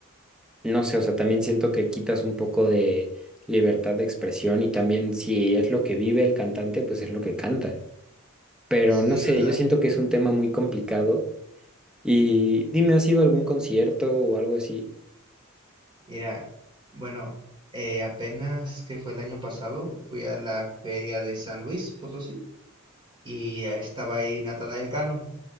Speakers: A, in the centre; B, on the right.
A: no sé, o sea, también siento que quitas un poco de libertad de expresión y también si es lo que vive el cantante, pues es lo que canta. Pero
B: Sí,
A: no sé,
B: ¿verdad?
A: yo siento que es un tema muy complicado y dime, ¿has ido a algún concierto o algo así?
B: Mira, bueno, eh, apenas que fue el año pasado, fui a la feria de San Luis Potosí y ahí estaba ahí Natanael Cano